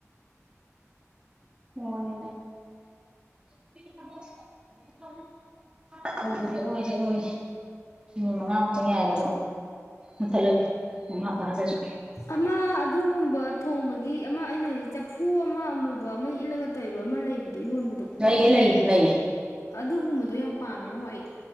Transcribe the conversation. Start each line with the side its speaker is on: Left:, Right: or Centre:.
Right: <unintelligible> ꯑꯣꯏꯔꯦ ꯑꯣꯏꯔꯦ ꯑꯣꯏꯔꯦ ꯅꯨꯃꯤꯠ ꯃꯉꯥꯃꯨꯛꯇꯪ ꯌꯥꯏꯔ ꯃꯨꯊꯠꯂꯒꯦ ꯃꯉꯥ ꯐꯥꯖꯁꯨ
Left: ꯑꯃ ꯑꯗꯨꯒꯨꯝꯕ ꯊꯣꯡꯕꯒꯤ ꯑꯃ ꯑꯩꯅ ꯍꯥꯏꯗꯤꯛ ꯆꯐꯨ ꯑꯃ ꯑꯃꯨꯕ ꯑꯃ ꯏꯜꯂꯒ ꯇꯩꯔꯣ ꯑꯃ ꯂꯩꯕꯗꯣ ꯌꯣꯟꯕꯗꯣ
Right: ꯂꯩꯌꯦ ꯂꯩꯌꯦ ꯂꯩꯌꯦ
Left: ꯑꯗꯨꯒꯨꯝꯕꯗꯣ ꯌꯥꯝ ꯄꯥꯝꯃꯦꯉꯣ ꯑꯩ